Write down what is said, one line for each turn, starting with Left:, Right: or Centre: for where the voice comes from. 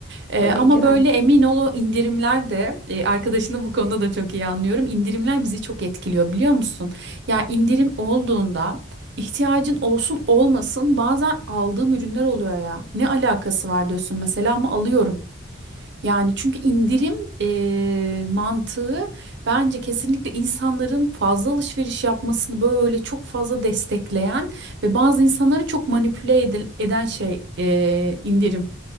Right: Ee,
Centre: Tabii
Right: ama
Centre: ki de.
Right: böyle emin ol o indirimler de e, arkadaşını bu konuda da çok iyi anlıyorum. İndirimler bizi çok etkiliyor biliyor musun? Ya indirim olduğunda ihtiyacın olsun olmasın bazen aldığım ürünler oluyor ya. Ne alakası var diyorsun mesela ama alıyorum. Yani çünkü indirim e, mantığı bence kesinlikle insanların fazla alışveriş yapmasını böyle çok fazla destekleyen ve bazı insanları çok manipüle edil- eden şey e, indirim.